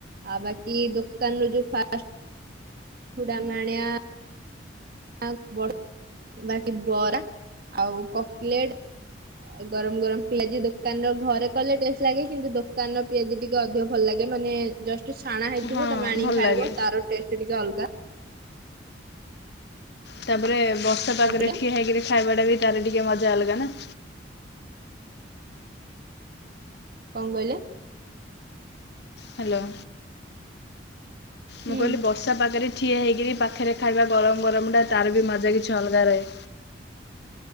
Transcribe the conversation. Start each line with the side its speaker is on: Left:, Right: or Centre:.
Right: ଆଉ ବାକି ଦୋକାନରୁ ଯୋଉ ଫାଷ୍ଟ ଫୁଡ ଆମେ ଆଣିବା। ଆଉ ବଡ ବାକି ବରା ଆଉ କକଲେଡ୍। ଆଉ ଗରମ ଗରମ ପିଆଜି ଦୋକାନର ଘରେ କଲେ ଟେଷ୍ଟ ଲାଗେ କିନ୍ତୁ ଦୋକାନ ର ପିଆଜି ଟି ଟିକେ ଅଧିକ ଭଲ ଲାଗେ ମାନେ ଜଷ୍ଟ ଛାଣା ହେଇଥିବ
Left: ହଁ
Right: ତମେ ଆଣିକି
Left: ଭଲ
Right: ଖାଇବ
Left: ଲାଗେ
Right: ତାର ଟେଷ୍ଟେ ଟିକେ ଅଲଗା।
Left: ତାପରେ ବର୍ଷା ପାଗରେ
Right: ବାକିଟା
Left: ଠିଆ ହେଇକିରି ଖାଇବା ଟା ବି ତାର ଟିକେ ମଜା ଅଲଗା ନା।
Right: କଣ କହିଲେ?
Left: ହାଲୋ।
Right: ହୁଁ।
Left: ମୁ କହିଲି ବ ର୍ଷା ପାଗରେ ଠିଆ ହେଇକି ବି ପାଖେରେ ଖାଇବା ଗରମ ଗରମ ଟା ତାର ବି ମଜା କିଛି ଅଲଗା ରହେ।